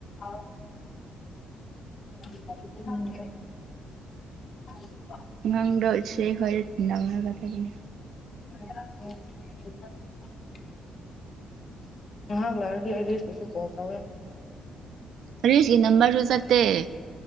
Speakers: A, on the left; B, on the right.
A: ꯑ ꯎꯡ ꯑ
B: ꯑꯉꯥꯡꯗꯣ ꯏꯆꯦ ꯈꯣꯏꯗ ꯊꯤꯟꯂꯝꯂꯒ ꯆꯠꯀꯅꯤ
A: <unintelligible> ꯉꯥꯍꯥꯛ ꯂꯩꯔꯗꯤ ꯑꯦꯗ꯭ꯔꯁ ꯄꯨꯁꯨ ꯀꯣꯜ ꯇꯧꯋꯦ
B: ꯍꯔꯦꯁꯀꯤ ꯅꯝꯕꯔ ꯔꯣ ꯆꯠ ꯑꯦ